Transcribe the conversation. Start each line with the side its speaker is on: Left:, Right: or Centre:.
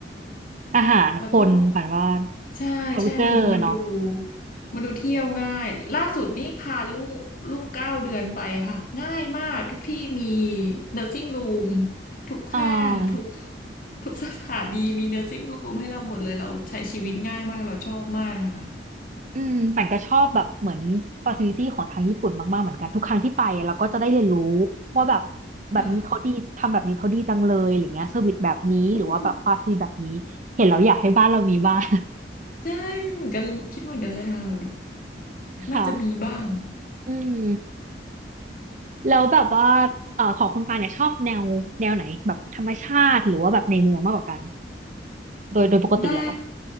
Right: อาหารคนปันว่า
Left: แล้วก็ ใช่ใช่มันมันดู
Right: culture เนาะ
Left: มันดูเที่ยวง่ายล่าสุดนี่พาลูกลูกเก้าเดือนไปค่ะง่ายมากทุกที่มี nursing room ทุกห้างทุก
Right: อ่า
Left: ทุกสถานีมี nursing room ให้เราหมดเลยเราใช้ชีวิตง่ายมากเราชอบมากค่ะ
Right: อืมแต่ก็ชอบแบบเหมือนฟ a ซิลิตี้ของทางญี่ปุ่นมากๆเหมือนกันทุกครั้งที่ไปเราก็จะได้เรียนรู้ว่าแบบแบบนี้เขาดีทำแบบนี้เขาดีจังเลยอะไรเงี้ยเซอร์วิสแบบนี้หรือว่าแบบฟาซิลิตี้แบบนี้เห็นแล้วอยากให้บ้านเรามีบ้าง
Left: ค่ะอืมอืมใช่เหมือนกันเลยคิดเหมือนกันเลยค่ะแบบ
Right: <laughs> ค่ะ
Left: น่าจะมีบ้าง
Right: อืมแล้วแบบว่าเอ่อของคุณปาเนี่ยชอบแนวแนวไหนแบบธรรมชาติหรือว่าแบบในเมืองมากกว่ากันโดยโดยปกติแล้ว
Left: ได้